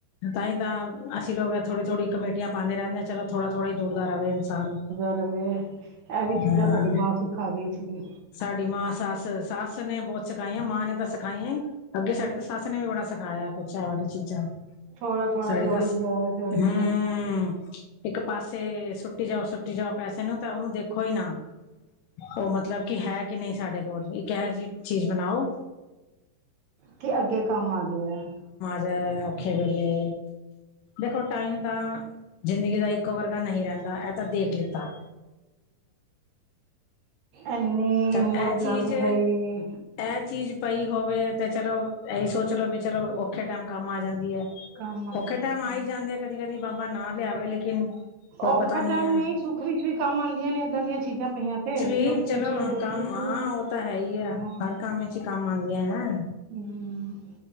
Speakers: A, on the left; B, on the right.
A: ਤਾਂ ਹੀ ਤਾਂ ਅਸੀਂ ਲੋਕ ਏ ਥੋੜ੍ਹੀ ਥੋੜੀ ਕਮੇਟੀਆਂ ਪਾਉਂਦੇ ਰਹਿੰਦੇ ਆ ਚਲੋ ਥੋੜ੍ਹਾ ਥੋੜਾ ਹੀ ਜੋੜਦਾ ਰਵੇ ਇਨਸਾਨ
B: ਕਰਲੇ <inaudible> ਇਹ ਵੀ ਚੀਜ਼ਾਂ
A: ਹਾਂ
B: ਸਾਡੀ ਮਾਂ ਸਿਖਾ ਗਈ ਸੀਗੀ।
A: ਸਾਡੀ ਮਾਂ ਸੱਸ, ਸੱਸ ਨੇ ਬਹੁਤ ਸਿਖਾਈਆਂ ਮਾਂ ਨੇ ਤਾਂ ਸਿਖਾਈਆਂ। ਅੱਗੇ ਸਾਡੀ ਤਾਂ ਸੱਸ ਨੇ ਵੀ ਬੜਾ ਸਿਖਾਇਆ ਕੁਛ ਐ ਵਾਲੀ ਚੀਜ਼ਾਂ,
B: ਥੋੜ੍ਹਾ ਥੋੜ੍ਹਾ
A: ਸਾਡੀ
B: ਜੋੜੀ
A: ਸੱਸ
B: ਜਾਓ ਜੋੜੀ
A: ਹੂ
B: ਜਾਓ
A: ਇੱਕ ਪਾਸੇ ਸੁੱਟੀ ਜਾਓ ਸੁੱਟੀ ਜਾਓ ਪੈਸੇ ਨੂੰ ਤਾਂ ਉਹਨੂੰ ਦੇਖੋ ਹੀ ਨਾ। ਉਹ ਮਤਲਬ ਕਿ ਹੈ ਕਿ ਨਹੀਂ ਸਾਡੇ ਕੋਲ, ਇੱਕ ਇਹੋ ਜਿਹੀ ਚੀਜ਼ ਬਣਾਓ।
B: ਕੀ ਅੱਗੇ ਕੰਮ ਆ ਗਿਆ ਆ।
A: ਜੇ ਔਖੇ ਵੇਲੇ ਦੇਖੋ ਟਾਈਮ ਤਾਂ ਜ਼ਿੰਦਗੀ ਦਾ ਇੱਕੋ ਵਰਗਾ ਨਹੀਂ ਰਹਿੰਦਾ ਇਹ ਤਾਂ ਦੇਖ ਲਿੱਤਾ
B: ਐਨੀ
A: ਚੱਲ
B: ਉਮਰ
A: ਇਹ ਚੀਜ਼
B: ਲਾਂਗ ਗਈ ਏ
A: ਇਹ ਚੀਜ਼ ਪਈ ਹੋਵੇ ਤੇ ਚਲੋ, ਇਹੀ ਸੋਚ ਲੋ ਵੀ ਚਲੋ ਔਖੇ ਟਾਈਮ ਕੰਮ ਆ ਜਾਂਦੀ ਹੈ।
B: ਕੰਮ ਆ ਜਾਂਦੀ
A: ਔਖੇ ਟਾਈਮ ਆ
B: ਹੈ
A: ਹੀ ਜਾਂਦੇ ਆ ਕਦੀ ਕਦੀ ਬਾਬਾ ਨਾ ਲਿਆਵੇ, ਲੇਕਿਨ ਕੋਈ
B: ਔਖਾ
A: ਪਤਾ ਨੀ
B: ਟਾਈਮ
A: ਹੈ।
B: ਨਹੀਂ, ਸੁੱਖ ਵਿੱਚ ਵੀ ਕੰਮ ਆਉਂਦੀਆਂ ਨੇ ਏਦਾਂ ਦੀਆਂ ਚੀਜ਼ਾਂ ਪਈਆਂ ਤੇ
A: ਕੀ
B: ਸੁੱਖ
A: ਚਲੋ
B: ਵਿੱਚ ਵੀ ਦੁੱਖ
A: ਕੰਮ
B: ਵਿੱਚ
A: ਆਂ
B: ਵੀ
A: ਉਹ ਤਾਂ ਹੈ ਈ ਐ,
B: ਹਾਂ
A: ਹਰ ਕੰਮ ਵਿੱਚ ਹੀ ਕੰਮ ਆਦੀਆਂ।
B: ਹਮ <inaudible>